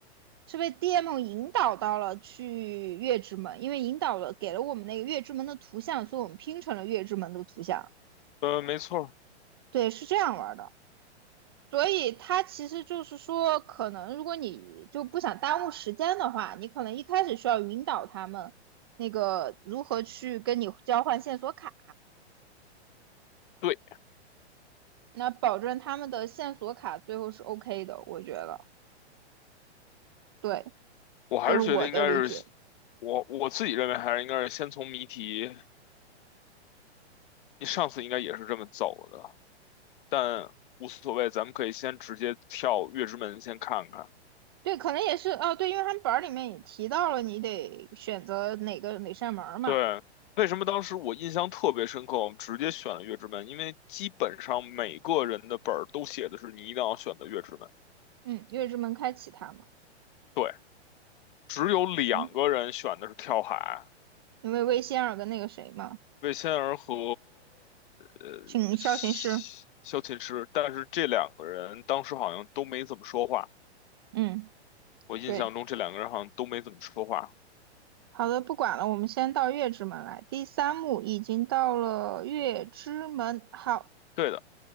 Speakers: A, on the right (about 20°); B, on the left (about 50°).
A: 是被 DM 引导到了去月之门，因为引导了给了我们那个月之门的图像，所以我们拼成了月之门的图像。
B: 嗯，没错
A: 对，是这样玩的。所以它其实就是说，可能如果你就不想耽误时间的话，你可能一开始需要引导他们那个如何去跟你交换线索卡，
B: 对，
A: 那保证他们的线索卡最后是 OK 的，我觉得，对，
B: 我还是觉得应该是，
A: 这是我的理解。
B: 我我自己认为还是应该是先从谜题，你上次应该也是这么走的，但无所谓，咱们可以先直接跳月之门先看看。
A: 对，可能也是哦，对，因为他们本儿里面也提到了，你得选择哪个哪扇门儿嘛，
B: 对，为什么当时我印象特别深刻，我们直接选了月之门，因为基本上每个人的本儿都写的是你一定要选择月之门，
A: 嗯，月之门开启它嘛，
B: 对，只有两个人选的是跳海。
A: 嗯，因为魏仙儿跟那个谁嘛，
B: 魏仙儿和呃萧萧琴师，
A: 请萧琴师，
B: 但是这两个人当时好像都没怎么说话。
A: 嗯，
B: 我印象中这两个人好像都没怎么说话。
A: 对。好的，不管了，我们先到月之门来。第三幕已经到了月之门，好，
B: 对的，